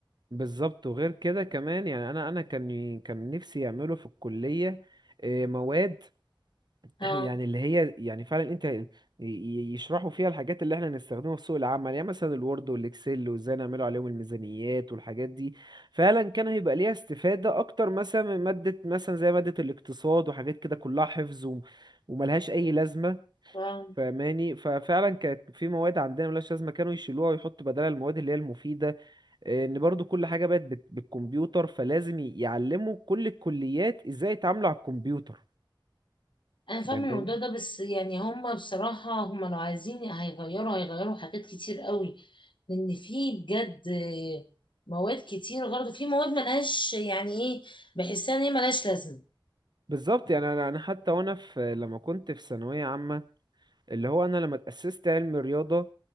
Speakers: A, on the right; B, on the left.
A: بالظبط وغير كده كمان يعني انا انا كان كان نفسي يعملوا في الكلية آه، مواد
B: ها
A: يعني اللي هي يعني فعلا انت ي- ي- يشرحوا فيها الحاجات اللي احنا نستخدمها في سوق العمل يعني مثلا الوورد والاكسل وازاي نعملوا عليهم الميزانيات والحاجات دي فعلا كان هيبقى ليها استفادة اكتر مثلا من مادة مثلا زي مادة الاقتصاد وحاجات كده كلها حفظ وم- وملهاش اي لازمة
B: ها.
A: فاهماني ففعلا كانت في مواد عندنا ملهاش لازمة كانوا يشيلوها ويحطوا بدلها المواد اللي هي المفيدة اه، ان برضو كل حاجة بقت بت- بالكمبيوتر فلازم ي- يعلموا كل الكليات ازاي يتعاملوا على الكمبيوتر
B: انا فاهمة
A: فاهماني
B: الموضوع ده بس يعني هما بصراحة هما لو عايزين هيغيروا هيغيروا حاجات كتير قوي لان في بجد مواد كتير غلط في مواد ملهاش يعني ايه بحسها ان هي ملهاش لازمة
A: بالظبط يعني انا أنا حتى وانا في لما كنت في ثانويه عامه اللي هو انا لما اتاسست علم رياضه